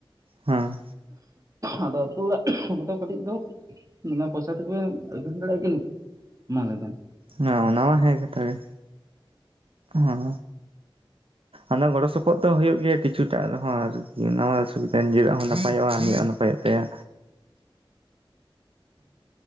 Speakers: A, on the right; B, on the right.
A: ᱦᱮᱸ
B: ᱟᱫᱚ ᱟᱹᱛᱩ ᱨᱮᱫᱚ ᱠᱟᱹᱴᱤᱡ ᱫᱚ ᱫᱚᱢᱮ ᱯᱚᱭᱥᱟ ᱛᱮᱠᱚ ᱟᱹᱠᱷᱨᱤᱧ ᱫᱟᱲᱮᱭᱟᱜ ᱟᱠᱤᱱ ᱢᱟ ᱞᱮ ᱵᱮᱱ
A: ᱦᱮᱸ ᱚᱱᱟ ᱢᱟ ᱦᱮᱸ ᱠᱟᱛᱷᱟ ᱜᱮ ᱦᱮᱸ ᱚᱱᱟ ᱜᱚᱲᱚ ᱥᱚᱯᱚᱦᱚᱫ ᱫᱚ ᱦᱳᱭᱳᱜ ᱜᱮᱭᱟ ᱠᱤᱪᱷᱩᱴᱟᱜ ᱨᱮᱦᱚᱸ ᱟᱨᱠᱤ ᱱᱟᱣᱟ <inaudible> ᱱᱟᱯᱟᱭᱚᱜᱼᱟ ᱩᱱᱤᱭᱟᱜ ᱱᱟᱯᱟᱭᱚᱜ ᱛᱟᱭᱟ